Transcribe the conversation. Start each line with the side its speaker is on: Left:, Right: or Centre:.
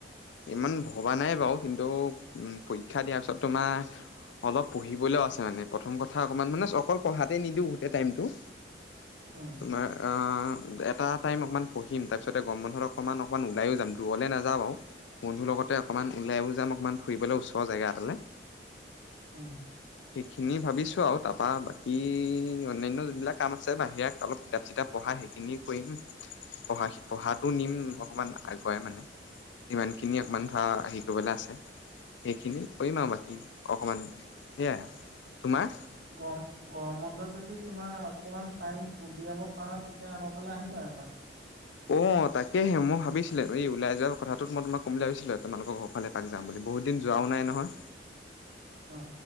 Left: ইমান ভবা নাই, বাৰু কিন্তু পৰীক্ষা দিয়াৰ পিছত তোমাৰ অলপ পঢ়িবলৈও আছে মানে প্ৰথম কথা অকমান মানে অকল পঢ়াতে নিদিওঁ গোটেই টাইমটো
Right: উম
Left: তোমাৰ আ এটা টাইম অকণমান পঢ়িম তাৰপিছতে গম বন্ধত অকণমান -অকণমান ওলাইো যাম দূৰলৈ নাযাওঁ আৰু বন্ধুৰ লগতে অকণমান ওলাইও যাম। অকণমান ফুৰিবলৈ ওচৰ জেগা এটালৈ
Right: উ'ম
Left: সেইখিনি ভাবিছো আৰু তাৰপা বাকী অন্যান্য যিবিলাক কাম আছে। বাহিৰা অলপ কিতাপ চিতাপ পঢ়াই সেইখিনি কৰিম। পঢ়া পঢ়াতটো নিম অকমান আগুৱাই মানে ইমান খিনি
Right: উম
Left: অকমান ধ শি কৰিবলে আছে সেইখিনি কৰিম আৰু
Right: গ
Left: বাকী। অকণমান সেয়াই আৰু তোমাৰ
Right: গৰম গৰম বন্ধত যদি তোমাৰ অকমান টাইম উলিয়াব পাৰা, তেতিয়া আমাৰ ফালে আহিবা এপাক।
Left: অ তাকেহে মই ভাবিছিলো এই ওলাই যোৱা কথাটোত মই তোমাক কম বুলি ভাবিছিলো। তোমালোকৰ ঘৰফালে পাক যাম বুলি বহুত দিন যোৱাও নাই নহয়।
Right: অ